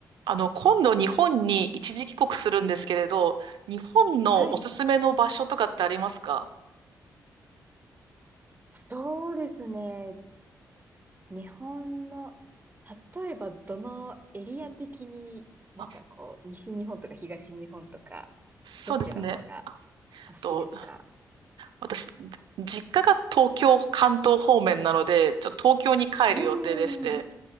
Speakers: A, on the right (about 75°); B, on the right (about 25°).
A: あの、今度日本に一時帰国するんですけれど、日本のおすすめの場所とかってありますか
B: はい。そうですね。日本の、例えばどのエリア的になんかこう、
A: あ、
B: 西日本とか東日本とか、
A: そうですね。
B: どっちの方が
A: あえ
B: お好きですか
A: っと、私、実家が東京、関東方面なので、ちょっと東京に帰る予定でして。
B: うーん。